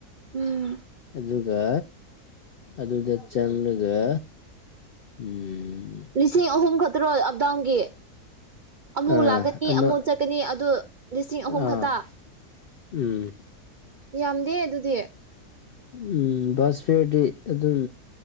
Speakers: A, on the right; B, on the left.
A: ꯎꯝ
B: ꯑꯗꯨꯒ ꯑꯗꯨꯗ ꯆꯪꯂꯒ ꯎꯝ
A: ꯂꯤꯁꯤꯡ ꯑꯍꯨꯝ ꯈꯛꯇꯔꯣ ꯑꯞꯗꯥꯎꯟꯒꯤ ꯑꯃꯨꯛ
B: ꯑꯥ
A: ꯂꯥꯛꯀꯅꯤ
B: ꯑꯃ
A: ꯑꯃꯨꯛ ꯆꯠꯀꯅꯤ ꯑꯗꯨ ꯂꯤꯁꯤꯡ
B: ꯑꯥ
A: ꯑꯍꯨꯝ ꯈꯛꯇ
B: ꯎꯝ
A: ꯌꯥꯝꯗꯦ ꯑꯗꯨꯗꯤ
B: ꯎꯝ ꯕꯁ ꯐꯤꯌꯔꯗꯤ ꯑꯗꯨꯝ